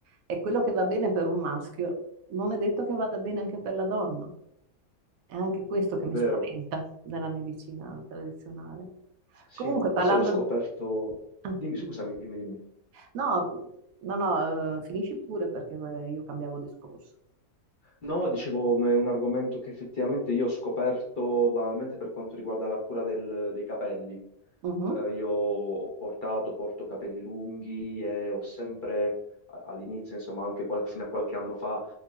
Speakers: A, on the right; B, on the left.
A: e quello che va bene per un maschio non è detto che vada bene anche per la donna. È anche questo che
B: vero.
A: mi spaventa della medicina tradizionale.
B: Sì,
A: Comunque,
B: questo
A: parlando,
B: l'ho scoperto.
A: Ah,
B: Dimmi,
A: Dimmi.
B: scusami, dimmi, dimmi.
A: No, no, no, eh, finisci pure perché eh, io cambiavo discorso.
B: No, dicevo, ma è un argomento che effettivamente io ho scoperto banalmente per quanto riguarda la cura del- dei capelli.
A: Mhm.
B: Eh, io ho portato, porto capelli lunghi e ho sempre a- all'inizio, insomma, anche qual- fino a qualche anno fa